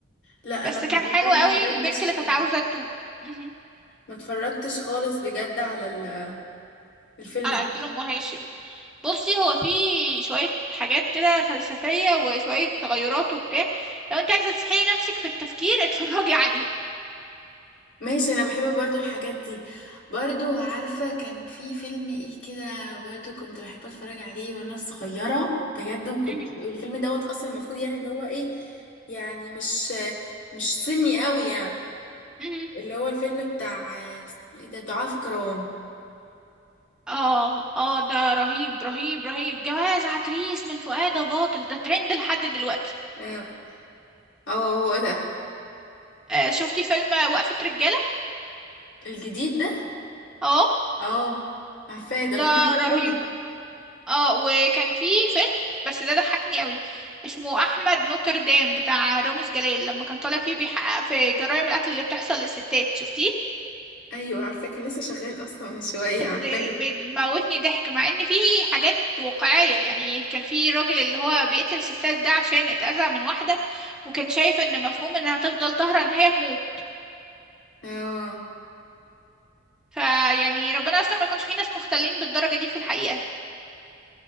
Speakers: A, on the left; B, in the centre.
A: لا
B: بس
A: انا
B: كان
A: بجد
B: حلو
A: ما
B: قوي
A: اتفرجتش
B: البنت اللي كانت عاوزة توب مهم.
A: ما اتفرجتش خالص بجد على ال- الفيلم
B: على
A: ده
B: عبد الأم هاشم بصي هو في شوية حاجات كده فلسفية وشوية تغيرات وبتاع لو انت عايزة تسحلي نفسك في التفكير اتفرجي عليه
A: ماشي انا بحب برضو الحاجات دي برضو عارفة كان في فيلم ايه كده برضو كنت بحب اتفرج عليه وانا صغيرة بجد وكنت
B: مهم.
A: الفيلم دوت اصلا المفروض يعني اللي هو ايه يعني مش مش سني قوي يعني
B: مهم.
A: اللي هو الفيلم بتاع اسمه ايه ده ضعاف الكروان
B: اه اه ده رهيب رهيب رهيب جواز عتريس من فؤاد باطل ده ترند لحد دلوقتي
A: اه آه، هو ده
B: آه شفتي فيلم وقفة رجالة
A: الجديد ده
B: اه
A: اه عارفاه ده
B: ده
A: فيلم حلو
B: رهيب
A: قوي
B: اه وكان في فيلم بس ده ضحكني قوي اسمه احمد نوتردام بتاع رامز جلال لما كان طالع فيه بيحقق في جرائم القتل اللي بتحصل للستات شفتيه
A: ايوه عارفاه كان لسه شغال اصلا من شوية
B: <laughs>
A: عارفاه
B: ده بيموتني ضحك مع ان فيه حاجات واقعية يعني كان في الراجل اللي هو بيقتل الستات ده عشان اتأذى من واحدة وكان شايف ان مفهوم انها هتفضل طاهرة ان هي تموت
A: اه
B: فيعني ربنا يستر ما يكونش في ناس مختلين بالدرجة دي في الحقيقة